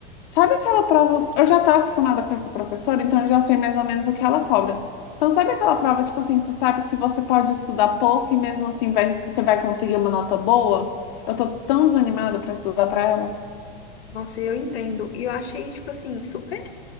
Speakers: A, on the left; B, on the left.
A: sabe aquela prova? Eu já tô acostumada com essa professora, então eu já sei mais ou menos o que ela cobra. Então, sabe aquela prova, tipo assim, você sabe que você pode estudar pouco e mesmo assim vai, você vai conseguir uma nota boa? Eu tô tão desanimada pra estudar pra ela.
B: Nossa, eu entendo. E eu achei, tipo assim, super.